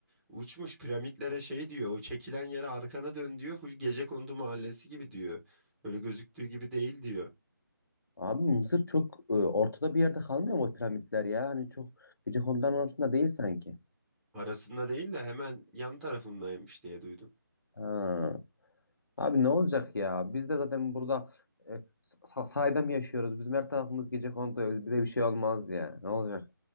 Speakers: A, in the centre; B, on the left.
A: Uçmuş piramitlere şey diyor. O çekilen yere arkana dön diyor. Full Gecekondu mahallesi gibi diyor. Öyle gözüktüğü gibi değil diyor.
B: Abi Mısır çok e, ortada bir yerde kalmıyor mu o piramitler ya? Hani çok gece Gecekondu'nun arasında değil sanki.
A: Arasında değil de hemen yan tarafındaymış diye duydum.
B: Ha. Abi ne olacak ya? Biz de zaten burada e, sa- sahada mı yaşıyoruz? Bizim her tarafımız Gecekondu. Bize bir şey olmaz ya. Ne olacak?